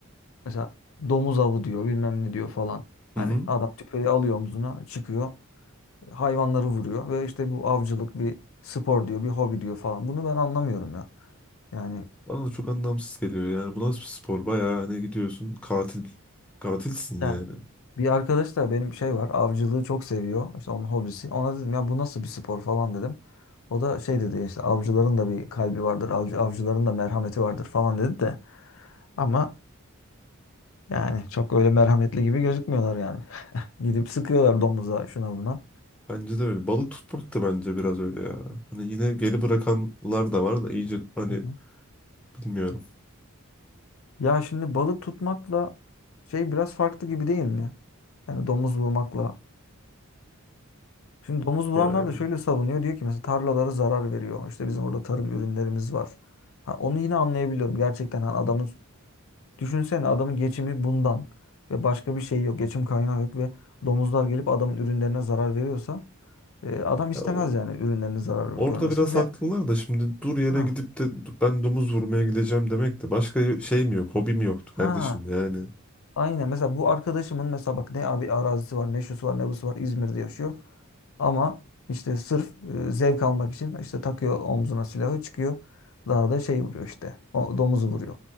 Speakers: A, on the left; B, in the centre.
A: Mesela domuz avı diyor bilmem ne diyor falan. Hani
B: Hı hı.
A: adam tüfeği alıyor omzuna çıkıyor. hayvanları vuruyor ve işte bu avcılık bir spor diyor, bir hobi diyor falan. Bunu ben anlamıyorum ya. Yani
B: Bana da çok anlamsız geliyor yani. Bu nasıl bir spor? Bayağı hani gidiyorsun katil. Katilsin
A: Yani
B: yani.
A: bir arkadaş da benim şey var, avcılığı çok seviyor. İşte onun hobisi. Ona dedim ya bu nasıl bir spor falan dedim. O da şey dedi işte avcıların da bir kalbi vardır, avcı, avcıların da merhameti vardır falan dedi de. Ama yani çok öyle merhametli gibi gözükmüyorlar yani. <laughs> Gidip sıkıyorlar domuza şuna buna.
B: Bence de öyle. Balık tutmak da bence biraz öyle ya. Hani yine geri bırakanlar da var da iyice hani
A: Hı hı.
B: bilmiyorum.
A: Ya şimdi balık tutmakla şey biraz farklı gibi değil mi? Yani domuz vurmakla Şimdi domuz vuranlar
B: Yani.
A: da şöyle savunuyor. Diyor ki mesela tarlalara zarar veriyor. İşte bizim orada tarım ürünlerimiz var. Ha, onu yine anlayabiliyorum. Gerçekten hani adamın düşünsene adamın geçimi bundan ve başka bir şey yok. Geçim kaynağı yok ve domuzlar gelip adamın ürünlerine zarar veriyorsa e, adam istemez
B: Ya o,
A: yani ürünlerine zarar
B: orada
A: görmesini
B: biraz
A: ve
B: haklılar da şimdi dur yere
A: ha,
B: gidip de ben domuz vurmaya gideceğim demek de başka şey mi yok? Hobi mi yoktu
A: ha
B: kardeşim yani.
A: Aynen mesela bu arkadaşımın mesela bak ne abi arazisi var ne şusu var ne busu var İzmir'de yaşıyor. Ama işte sırf e, zevk almak için işte takıyor omzuna silahı çıkıyor. dağda şey vuruyor işte o domuzu vuruyor.